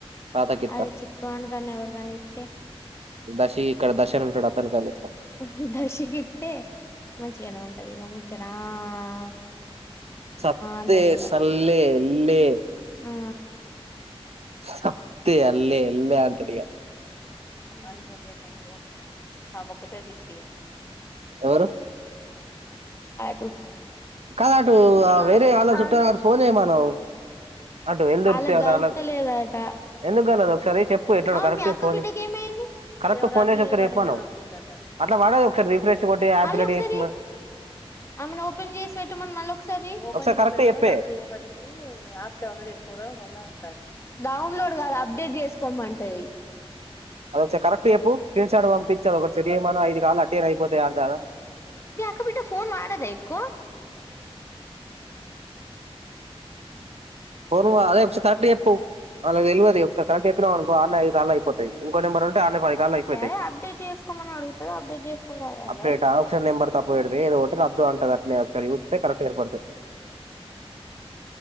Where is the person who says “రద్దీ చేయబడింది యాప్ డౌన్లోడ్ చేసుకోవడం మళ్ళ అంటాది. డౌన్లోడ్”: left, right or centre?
Left